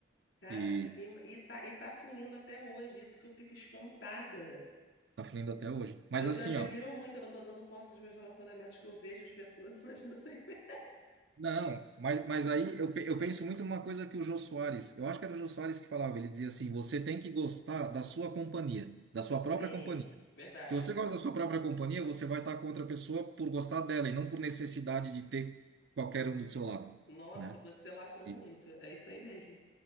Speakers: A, on the left; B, on the right.
A: Cara,
B: E
A: que. ma- E tá, e tá fluindo até hoje. Isso que eu fico espantada.
B: Tá fluindo até hoje. Mas
A: Eu te
B: assim,
A: admiro
B: ó.
A: muito. Eu não tô dando conta dos meus relacionamentos que eu vejo as pessoas. <laughs> Imagina sem ver.
B: Não, mas, mas aí eu, pe- eu penso muito numa coisa que o Jô Soares, eu acho que era o Jô Soares que falava, ele dizia assim, você tem que gostar da sua companhia, da sua
A: Sim,
B: própria companhia.
A: verdade.
B: Se você gosta da sua própria companhia, você vai estar com outra pessoa por gostar dela e não por necessidade de ter qualquer um do seu lado,
A: Nossa,
B: né?
A: você lacrou
B: E,
A: muito. É isso aí mesmo.